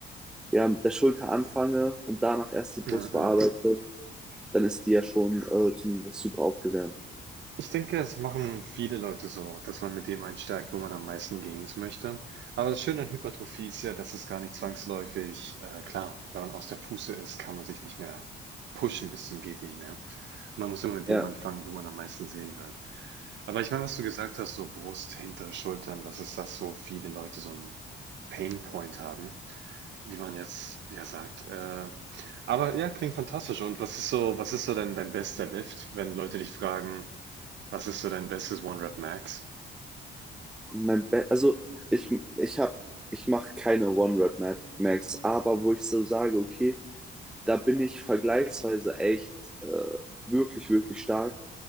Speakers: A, in the centre; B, on the right (about 65°).
A: ja, mit der Schulter anfange und danach erst die Brust
B: Äh, äh, äh.
A: bearbeite, dann ist die ja schon äh, zumindest super aufgewärmt.
B: Ich denke, das machen viele Leute so, dass man mit dem einsteigt, wo man am meisten Gains möchte. Aber das Schöne an Hypertrophie ist ja, dass es gar nicht zwangsläufig, äh, klar, wenn man aus der Puste ist, kann man sich nicht mehr pushen bis zum geht nicht mehr. Und man muss immer mit
A: Ja.
B: dem anfangen, wo man am meisten sehen will. Aber ich meine, was du gesagt hast, so Brust, hintere Schultern, das ist das, wo viele Leute so einen Painpoint haben, wie man jetzt ja sagt. Äh, aber ja, klingt fantastisch. Und was ist so, was ist so dein, dein bester Lift, wenn Leute dich fragen, was ist so dein bestes One-Rep-Max?
A: Mein Be also ich, ich habe, ich mache keine One-Rep-Max, aber wo ich so sage, okay, da bin ich vergleichsweise echt äh, wirklich, wirklich stark,